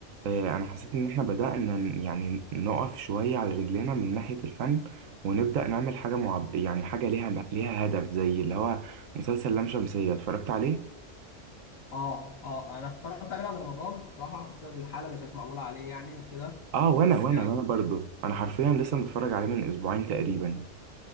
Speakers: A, on the right (about 85°); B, on the left (about 80°).
A: آه، انا حسيت ان احنا بدانا ن- يعني نقف شويه على رجلينا من ناحيه الفن ونبدا نعمل حاجه معب... يعني حاجه ليها ليها هدف زي اللي هو مسلسل لام شمسيه اتفرجت عليه
B: اه اه انا اتفرجت عليه بعد رمضان بصراحه بسبب الحاله اللي كانت معموله عليه يعني وكده
A: اه وانا
B: بس
A: وانا وانا
B: يعني
A: برضو انا حرفيا لسه متفرج عليه من اسبوعين تقريبا